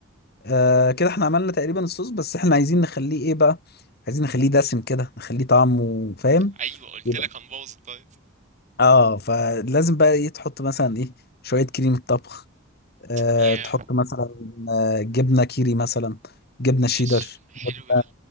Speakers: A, on the left; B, on the right.
A: آه كده احنا عملنا تقريبا الصوص بس احنا عايزين نخليه ايه بقى عايزين نخليه دسم كده نخليه طعمه فاهم
B: ايوه قلت
A: يبقى
B: لك هنبوظ الدايت
A: اه فلازم بقى ايه تحط مثلا ايه شوية كريمة طبخ آه،
B: ياه
A: تحط مثلا آه، جبنه كيري مثلا جبنه شيدر
B: ماشي حلو
A: جبنه
B: ده